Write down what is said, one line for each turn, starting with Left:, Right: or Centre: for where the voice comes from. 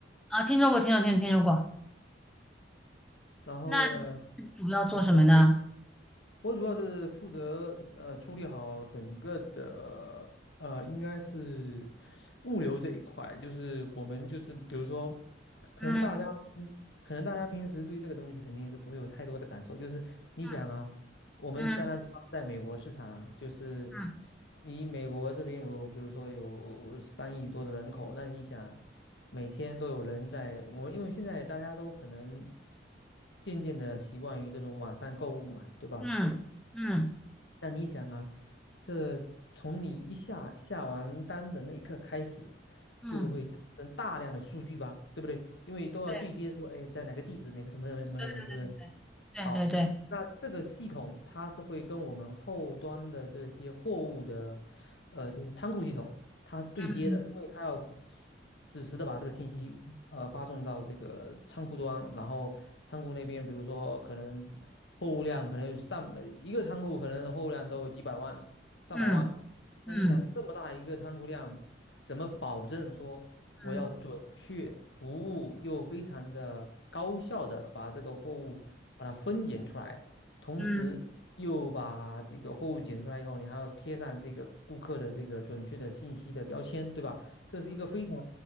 Centre: 啊，听说过，听说过，听说，听说过。
Left: 然后呃，
Centre: 那你主要做什么呢？
Left: 你说。我主要是负责呃处理好整个的呃，应该是物流这一块，就是我们就是比如说，可能大家嗯可能大家平时对这个东西肯定是不会有太多的感受，
Centre: 嗯
Left: 就是你想啊，
Centre: 嗯
Left: 我们当然主要是在美国市场啊，
Centre: 嗯
Left: 就是
Centre: 嗯
Left: 你美国这边有比如说有三亿多的人口，那你想每天都有人在，我因为现在大家都可能渐渐的习惯于这种网上购物嘛，对吧？
Centre: 嗯嗯
Left: 那你想啊，这从你一下下完单的那一刻开始，
Centre: 嗯，
Left: 就会产生大量的数据吧，对不对？因为都要对接说，
Centre: 对
Left: 哎，在哪个地址，哪个什么什么什么什么，
Centre: 对对
Left: 是不是？
Centre: 对对对对，
Left: 好，
Centre: 对
Left: 那这个系统它是会跟我们后端的这些货物的，呃，就是仓库系统。它是对接的，
Centre: 嗯
Left: 因为它要实时的把这个信息呃发送到这个仓库端，然后仓库那边，比如说可能货物量可能有上一个仓库可能货物量都有几百万、上百万，
Centre: 嗯
Left: 那你想这么大一个仓库量，
Centre: 嗯
Left: 怎么保证说我要准确无误又非常的高效的把这个货物把它分拣出来？
Centre: 嗯
Left: 同时又把这个货物检出来以后，
Centre: 嗯
Left: 你还要贴上这个顾客的这个准确的信息的标签，对吧？这是一个非常